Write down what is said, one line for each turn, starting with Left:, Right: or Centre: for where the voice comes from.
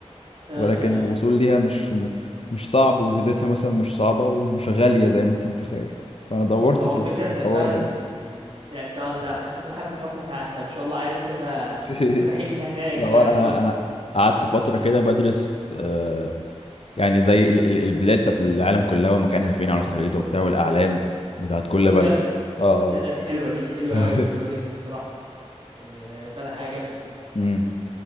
Right: اه
Left: ولكن
Right: اه
Left: الوصول ليها مش م- مش صعب وفيزتها مثلا مش صعبة ومش غالية زي ما انت متخيل فأنا دورت
Right: هو
Left: في
Right: الفكرة
Left: ال- في الحوار
Right: ان فعلا
Left: ده
Right: يعني انت انت حسيت حاسك اصلا انت انت ما شاء الله عارف كذا
Left: <laughs>
Right: كذا حتة هناك
Left: لا هو
Right: يعني
Left: انا
Right: اه
Left: انا قعدت فتره كده بدرس آه، يعني زي ال- ال- البلاد بتاعت العالم كلها ومكانها فين على الخريطه وبتاع والاعلام بتاعت كل
Right: بجد
Left: بلد اه
Right: لا لا، دي حلوة دي دي حلوة
Left: <laughs>
Right: اوي حلوة جدا الصراحة يعني آه، فعلا حاجة جامدة
Left: امم